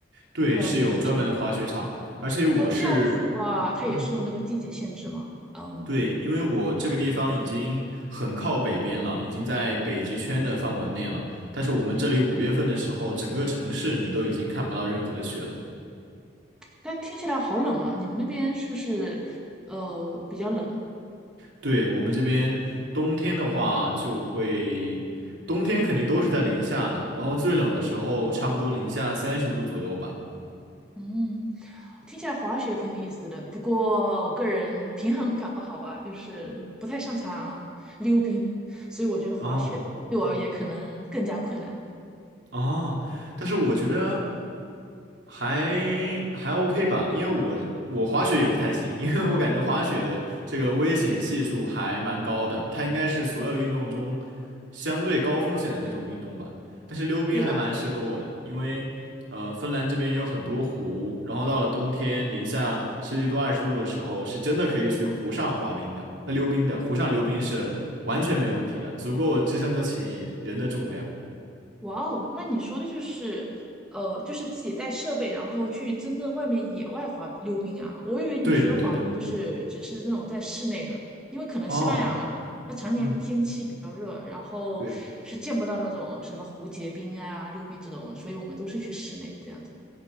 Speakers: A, on the right; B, in the centre.
A: 对，
B: 还有溜冰场。
A: 是有专门的滑雪场，而且我是，
B: 那这样子的话，它也受那个季节限制嘛？
A: 嗯，
B: 嗯，
A: 对，因为我这个地方已经很靠北边了，已经在北极圈的范围内了，但是我们这里五月份的时候，整个城市你都已经看不到任何的雪了。
B: 但听起来好冷啊！你们那边是不是呃比较冷？
A: 对，我们这边冬天的话，就会冬天肯定都是在零下的，然后最冷的时候差不多零下三十度左右吧。
B: 嗯，听起来滑雪挺有意思的，不过我个人平衡感不好啊，就是不太擅长溜冰，所以我觉得滑雪对我而言可能更加困难，
A: 哦哦，但是我觉得。还还 OK 吧，因为我我滑雪也不太行，因为我感觉滑雪的这个危险系数还蛮高的，它应该是所有运动中相对高风险的那种运动吧。但是溜冰还蛮适合我的，
B: 对吧？
A: 因为呃，芬兰这边也有很多湖，然后到了冬天零下十几度、二十度的时候，是真的可以去湖上滑冰的，那溜冰的，湖上溜冰是完全没问题的，足够支撑得起人的重量。
B: 哇哦，那你说的就是，呃，就是自己带设备，然后去真正外面野外滑溜冰啊。我以为你说的滑冰就是只是那种在室内的，
A: 对的，对的。
B: 因为可能西班牙嘛，
A: 哦，
B: 它常年天气比较热，
A: 嗯。
B: 然后是见不到那种什么蝴蝶冰啊、
A: 对，
B: 溜冰这种，所以我们都是去室内这样子，